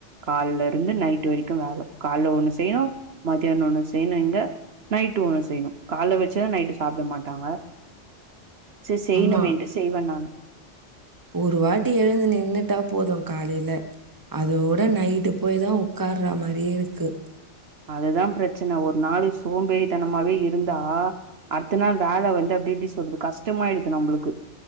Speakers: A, on the right (about 60°); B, on the right (about 20°).
A: கால்ல இருந்து நைட்டு வரைக்கு வேல, கால்ல ஒண்ணு செய்யணு மதியானம் ஒண்ணு செய்யணு இங்க நைட் ஒண்ணு செய்யணு காலைல வச்சத நைட்டு சாப்ட மாட்டாங்க சேரி செய்யனுமேன்ட்டு
B: ஆமா.
A: செய்வே நானு
B: ஒரு வாட்டி எழுந்து நின்னுட்டா போது காலில அதோட நைட்டு போய் தா உக்காற மாரியே இருக்கு
A: அதுதா பிரச்சன ஒரு நாளு சோம்பேறி தனமாவே இருந்தா அடுத்த நாள் வேலை வந்து அப்டி எப்டி சொல்றது கஷ்டமாயிடுது நம்மளுக்கு